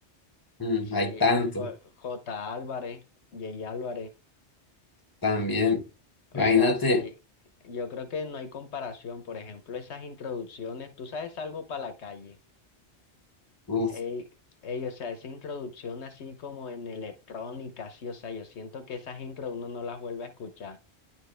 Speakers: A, on the left; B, on the left.
A: mm,
B: Sí,
A: hay tanto,
B: pues, J. Álvarez, J. Álvarez.
A: también,
B: O
A: imagínate,
B: sea, sí, yo creo que no hay comparación. Por ejemplo, esas introducciones, tú sabes algo para la calle.
A: uf,
B: Ey, ey, o sea, esa introducción así como en electrónica, sí, o sea, yo siento que esas intros uno no las vuelve a escuchar.